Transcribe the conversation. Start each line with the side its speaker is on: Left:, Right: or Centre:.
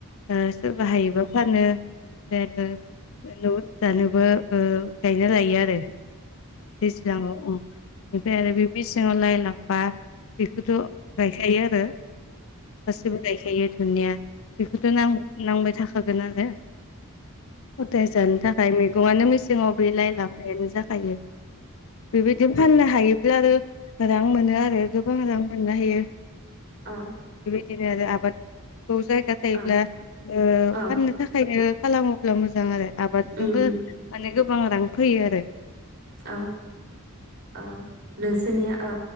Left: ओ सोरबा हायोबा फानो बेनिफ्राय आरो न' आव जानोबो ओ गायना लायो आरो दैज्लाङाव उम ओमफ्राय आरो बे मेसेङाव लाय ला फा बेखौथ' गायखायो आरो गासैबो गायखायो जोंनिया बेखौथ' नां नांबाय थाखा यो आरो हदाय जानो थाखाय मैगङानो मेसेङाव बे लाइ लाफायानो जा जाखायो बेबायदिनो फाननो हायोब्ला आरो रां मोनो आरो गोबां रां मोननो‌ हायो।
Right: अ
Left: नो‌ आरो आबाद खौ जायगा थायोब्ला
Right: अ
Left: ओ
Right: अ
Left: फाननो थाखायनो खालामोब्ला मोजां आरो आबादजोंबो
Right: उम
Left: माने गोबां रां फैयो आरो
Right: आ - आ नोंसोरनिया आ